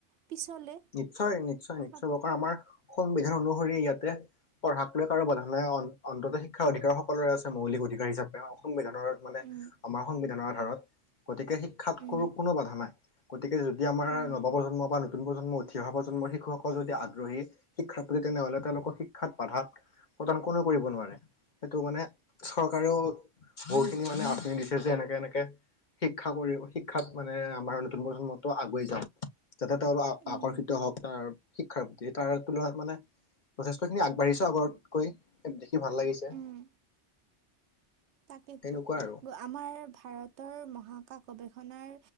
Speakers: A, on the right (about 70°); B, on the left (about 45°).
A: পিছলে
B: নিশ্চয়, নিশ্চয়, নিশ্চয়ৰ
A: পাব
B: কাৰ আমাৰ সংবিধান অনুসৰি ইয়াতে পঢ়াক লৈ কাৰো বাধা নাই অন্তত শিক্ষাৰ অধিকাৰ সকলোৰে আছে, মৌলিক অধিকাৰ হিচাপে সংবিধান মানে
A: উম
B: আমাৰ সংবিধানৰ আধাৰত গতিকে শিক্ষাত
A: উম
B: কৰো কোনো বাধা নাই। গতিকে যদি আমাৰ
A: উম
B: নৱ প্ৰজন্ম বা নতুন প্ৰজন্ম ঠিয় প্ৰজন্মৰ শিশুসকল যদি আগ্ৰহী শিক্ষাৰ প্ৰতি তেনেহ'লে তেওঁলোকক শিক্ষাত বাধাত প্ৰদান কোনেও কৰিব নোৱাৰে, সেইটো মানে চৰকাৰেও বহুতখিনি মানে আপুনি দিছে যে, এনেকে এনেকে শিক্ষা কৰি শিক্ষাত মানে আমাৰ নতুন প্ৰজন্মতো আগুৱাই যাওঁক যাতে তেওঁলোক
A: উম
B: আকৰ্ষিত হওঁক তাৰ শিক্ষাৰ প্ৰতি তাৰ তুলনাত মানে যথেষ্ট খিনি আগবাঢ়িছ আগতকৈ, দেখি ভাল লাগিছে।
A: উম তাকেতো
B: তেনেকুৱা আৰু
A: আমাৰ ভাৰতৰ মহা কা গৱেষণাৰ